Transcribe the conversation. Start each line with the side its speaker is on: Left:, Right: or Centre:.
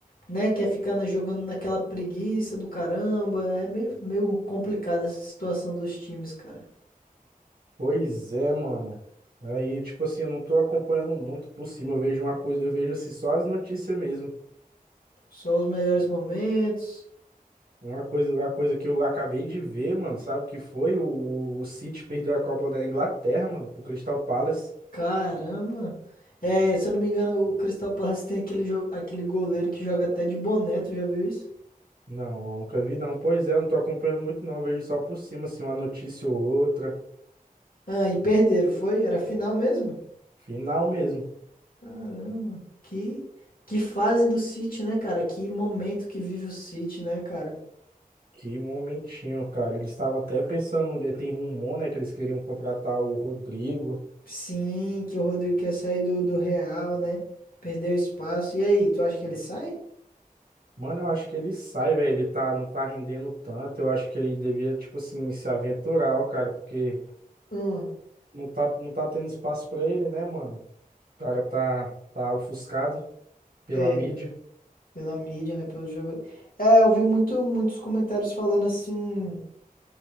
Left: né, quer ficar na- jogando naquela preguiça do caramba. É meio, meio complicada essa situação dos times, cara.
Right: Pois é, mano. Aí, tipo assim, eu não tô acompanhando muito por cima. Eu vejo uma coisa, eu vejo assim, só as notícias mesmo.
Left: Só os melhores momentos.
Right: Uma coisa, uma coisa que eu acabei de ver, mano, sabe o que foi? O, o City perdeu a Copa da Inglaterra, mano, pro Crystal Palace.
Left: Caramba! É, se eu não me engano, o Crystal Palace tem aquele, jo- aquele goleiro que joga até de boné, tu já viu isso?
Right: Não, não, nunca vi, não. Pois é, eu não tô acompanhando muito, não. Eu vejo só por cima, assim, uma notícia ou outra.
Left: Ah, e perderam, foi? Era final mesmo?
Right: Final mesmo.
Left: Caramba! Que, que fase do City, né, cara? Que momento que vive o City, né, cara?
Right: Que momentinho, cara. Eles estavam até pensando, eh, tem rumor, né, que eles queriam contratar o Rodrigo.
Left: Sim, que o Rodrigo quer sair do, do Real, né? Perdeu espaço. E aí, tu acha que ele sai?
Right: Mano, eu acho que ele sai, velho. Ele tá, não tá rendendo tanto. Eu acho que ele devia, tipo assim, se aventurar, ó, cara, porque
Left: Hum,
Right: não tá, não tá tendo espaço pra ele, né, mano? O cara tá, tá ofuscado pela
Left: é,
Right: mídia.
Left: pela mídia, né? Pelo jogo. É, eu vi muito, muitos comentários falando assim.